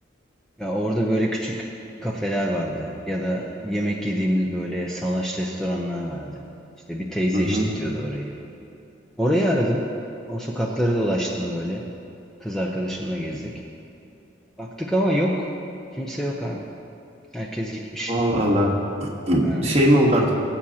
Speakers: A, in the centre; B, on the right.
A: Ya orada böyle küçük kafeler vardı ya da yemek yediğimiz böyle salaş restoranlar vardı. İşte bir teyze
B: Hı hı.
A: işletiyordu orayı. Orayı aradım. O sokakları dolaştım böyle. Kız arkadaşımla gezdik. Baktık ama yok. Kimse yok abi. Herkes gitmiş.
B: Allah Allah. <clears throat>
A: Ha.
B: Şey mi oldu artık?